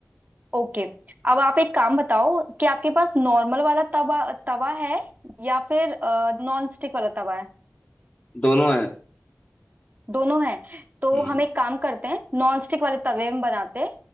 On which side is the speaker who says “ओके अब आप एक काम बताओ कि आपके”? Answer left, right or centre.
Right